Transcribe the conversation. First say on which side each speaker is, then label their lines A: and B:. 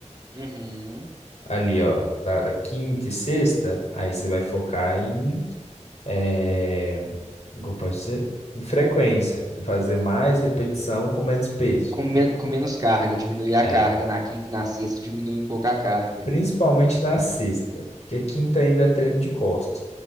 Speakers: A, on the right; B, on the left.
A: Uhum.
B: Ali, ó, da, da quinta e sexta, aí você vai focar em, eh, como eu posso dizer? Em frequência, em fazer mais repetição com menos peso.
A: com, men- com menos carga, diminuir a
B: É,
A: carga na quinta e na sexta, diminui um pouco a carga.
B: principalmente na sexta, porque quinta ainda é treino de costas.